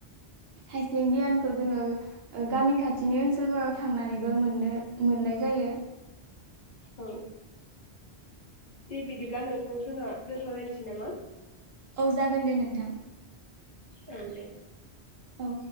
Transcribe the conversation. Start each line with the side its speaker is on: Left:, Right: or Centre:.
Right: खायसे गियानखौ जोङो गामि खाथिनि ओनसोलफोराव थांनानैबो मोननो मोननाय जायो।
Left: औ दे बिदिब्ला नोंथां जोंहा दोनथ'लायनोसै नामा
Right: औ जागोन दे नोंथां
Left: औ दे
Right: औ